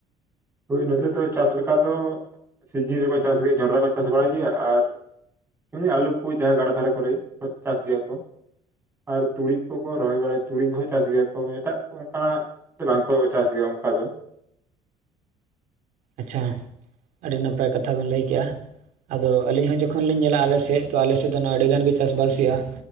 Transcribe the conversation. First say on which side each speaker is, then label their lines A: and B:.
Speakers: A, on the right; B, on the right.
A: ᱦᱳᱭ ᱱᱚᱛᱮ ᱫᱚ ᱪᱟᱥ ᱞᱮᱠᱟ ᱫᱚ ᱥᱤᱡᱤᱱ ᱨᱮᱠᱚ ᱪᱟᱥ ᱜᱮᱭᱟ ᱡᱚᱱᱰᱨᱟ ᱠᱚ ᱪᱟᱥ ᱵᱟᱲᱟᱭ ᱜᱮᱭᱟ ᱟᱨ ᱮᱢᱱᱤ ᱟᱞᱩ ᱠᱚ ᱡᱟᱦᱟᱭ ᱜᱟᱰᱟ ᱫᱷᱟᱨᱮ ᱠᱚᱨᱮ ᱪᱟᱥ ᱜᱮᱭᱟ ᱠᱚ᱾ ᱟᱨ ᱛᱩᱲᱤ ᱠᱚᱠᱚ ᱨᱚᱦᱚᱭ ᱵᱟᱲᱟᱭ, ᱛᱩᱲᱤ ᱠᱚᱦᱚᱸ ᱪᱟᱥ ᱜᱮᱭᱟ ᱠᱚ ᱮᱴᱟᱜ ᱠᱚ ᱚᱱᱠᱟᱱᱟᱜ ᱛᱮ ᱵᱟᱝ ᱠᱚ ᱪᱟᱥ ᱜᱮᱭᱟ ᱚᱱᱠᱟ ᱫᱚ᱾
B: ᱟᱪᱪᱷᱟ ᱟᱹᱰᱤ ᱱᱟᱯᱟᱭ ᱠᱟᱛᱷᱟ ᱵᱮᱱ ᱞᱟᱹᱭ ᱠᱮᱜ-ᱟ᱾ ᱟᱫᱚ ᱟᱹᱞᱤᱧ ᱦᱚᱸ ᱡᱚᱠᱷᱚᱱ ᱞᱤᱧ ᱧᱮᱞᱟ ᱟᱞᱮ ᱥᱮᱫ ᱛᱚ ᱟᱞᱮ ᱥᱮᱫ ᱫᱚ ᱱᱚᱣᱟ ᱟᱹᱰᱤ ᱜᱟᱱ ᱜᱮ ᱪᱟᱥᱵᱟᱥ ᱦᱩᱭᱩᱜᱼᱟ᱾